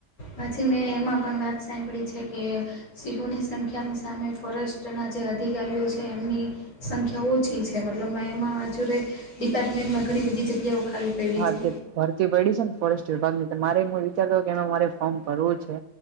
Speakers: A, on the left; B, on the right.
A: પછી મેં એમાં પણ વાત સાંભળી છે, કે સિંહોની સંખ્યાની સામે ફોરેસ્ટના જે અધિકારીઓ છે, એમની સંખ્યા ઓછી છે, મતલબ એમાં હજુરે ડિપાર્ટમેન્ટમાં ઘણી બધી જગ્યાઓ ખાલી પડી
B: હા
A: છે
B: તે ભરતી પયડી છે ને, ફોરેસ્ટ વિભાગ ને તો મારે હું વિચારતો કેમાં મારે ફોર્મ ભરવું છે.